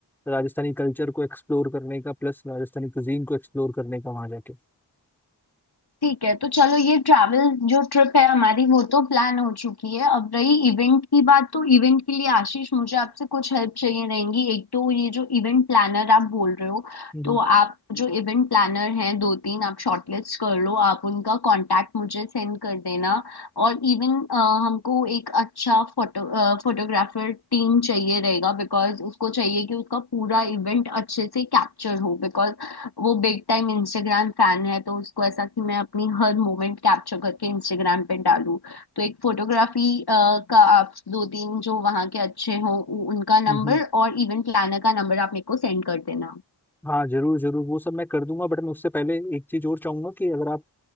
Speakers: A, in the centre; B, on the left (about 60°).
A: राजस्थानी कल्चर को एक्सप्लोर करने का प्लस राजस्थानी कुजीन को एक्सप्लोर करने का वहाँ जाके
B: ठीक है तो चलो ये ट्रैवल जो ट्रिप है हमारी वो तो प्लान हो चुकी है अब रही इवेंट की बात तो इवेंट के लिए आशीष मुझे आपसे कुछ हेल्प चाहिए रहेंगी एक तो ये जो इवेंट प्लानर आप बोल रहे हो
A: हम्म
B: तो आप जो इवेंट प्लानर हैं दो तीन आप शॉर्टलिस्ट कर लो आप उनका कांटेक्ट मुझे सेंड कर देना और इवन हमको एक अच्छा फोटो फोटोग्राफर टीम चाहिए रहेगा बिकॉज उसको चाहिए कि उसका पूरा इवेंट अच्छे से कैप्चर हो बिकॉज वो बिग टाइम इंस्टाग्राम फैन है तो उसको ऐसा कि मैं अपनी हर मोमेंट कैप्चर करके इंस्टाग्राम पे डालूं तो एक फोटोग्राफी का आप दो तीन जो वहाँ के अच्छे हों उ- उनका
A: हम्म
B: नंबर और इवेंट प्लानर का नंबर आप मेरे को सेंड कर देना
A: हाँ जरूर जरूर वो सब मैं कर दूंगा बट मैं उससे पहले एक चीज और चाहूंगा कि अगर आप